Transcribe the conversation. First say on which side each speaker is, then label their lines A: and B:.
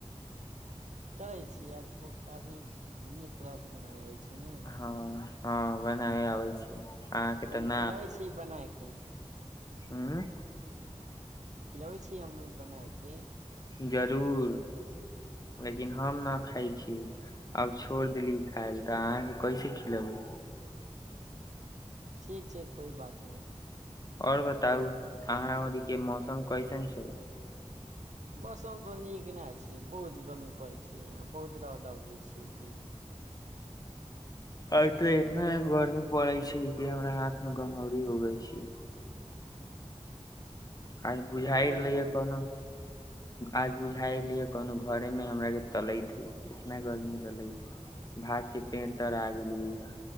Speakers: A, on the right (about 80°); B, on the left (about 30°).
A: चलै छी आपको काफी नीक तरह से बनाय होइ छै हुं
B: हँ हँ बनाबै आबै छै अहाँके
A: कभी
B: तऽ न
A: खिलाबै छीये बना के।
B: ह्म्म।
A: खिलबै छियै हमे बना के।
B: जरूर लेकिन हम ना खाय छी, आब छोड़ देली खायलै तऽ अहाँ के कैसे खिलेबै।
A: ठीक छै कोइ बात ने।
B: और बताउ अहाँ अरी के मौसम कैसन छै।
A: <unintelligible> तो नीक ने छै, बहुत गर्मी पड़े छै यहां। बहुत रौउदा उगै छै। इ दिन मे।
B: अब ते इतना गर्मी पड़ै छै कि हमरा हाथ मे गमौरी होबै छै। आय बुझाय
A: बहुत
B: रहलेै
A: ही
B: या
A: गर्मी
B: कोनो
A: पड़
B: आय बुझाएल या कनो घरेमे हमराक के तलैत हय, इतना गर्मी रहलै भागके पेड़ तड़ा आ गेलियै